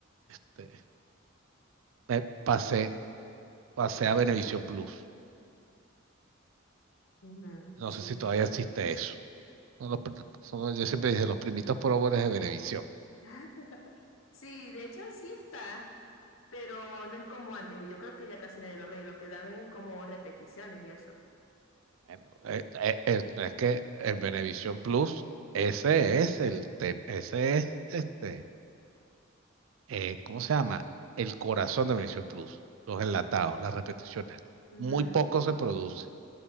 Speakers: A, on the right; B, on the left.
A: este, me pasé, pasé a Venevisión Plus.
B: Ujú,
A: No
B: sí.
A: sé si todavía existe eso. Son los pr- son- yo siempre dije los primitos pobres de Venevisión.
B: <laughs> Sí, de hecho sí está, pero no es como antes. Y yo creo que ya casi nadie lo ve. y Lo que dan es como repeticiones y eso.
A: Bueno, eh, eh, eh, es que en Venevisión Plus, ese es el tema, ese es este eh, ¿cómo se llama? El corazón de Venevisión Plus, los enlatados, las repeticiones.
B: Ujú.
A: Muy poco se produce,